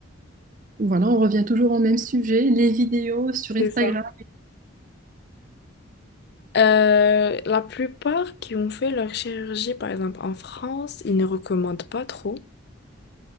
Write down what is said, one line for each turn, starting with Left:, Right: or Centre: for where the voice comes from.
Right: Voilà, on revient toujours au même sujet, les vidéos sur Instagram.
Left: C'est ça. Euh, la plupart qui ont fait leur chirurgie, par exemple en France, ils ne recommandent pas trop.